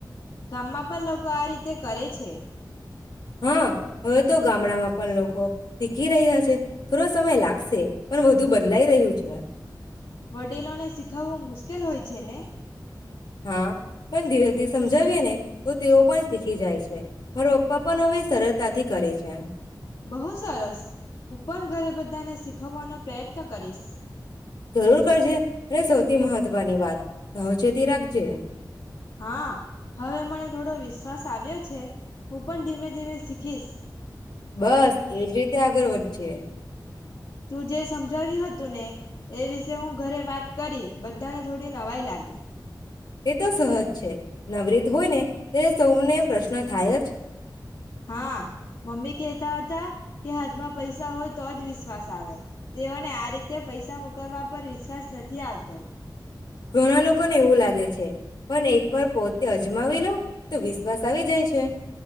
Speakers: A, on the left; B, on the left.
A: ગામમાં પણ લોકો આ રીતે કરે છે.
B: હા, હવે તો ગામડામાં પણ લોકો શીખી રહ્યા છે, થોડો સમય લાગશે પણ વધુ બદલાઈ રહ્યું છે.
A: વડીલો ને શીખાવવું મુશ્કેલ હોય છે ને?
B: હા, પણ ધીરથી સમજાવીએ ને તો તેઓ પણ શીખી જાય છે, મારો પપ્પા પણ હવે સર તાથી કરે છે.
A: બહું સરસ, હું પન ઘરે બધાને શીખવવાનો પ્રયત્ન કરીશ.
B: જરૂર કરજે અને સૌથી મહત્વની વાત સાવચેતી રાખજે.
A: હા, હવે મને થોડો વિશ્વાસ આવ્યો છે, હું પણ ધીમે ધીમે શીખીશ.
B: બસ એ જ રીતે આગર વધજે.
A: તું જે સમજાવ્યું હતું ને, એ વિશે હું ઘરે વાત કરી. બધાને થોડી નવાઈ લાગી.
B: એ તો સહજ છે, નવરીત હોય ને તે સૌને પ્રશ્ન થાય જ
A: હા મમ્મી કેહતા હતા, કે હદમાં પૈસા હોય તો જ વિશ્વાસ આવે. તેઓ ને આ રીતે તે પૈસા મોકલવા પર વિશ્વાસ નથી આવતો.
B: ઘણા લોકોને એવું લાગે છે, પણ એક વાર પોતે અજમાવી લો તો વિશ્વાસ આવી જાય છે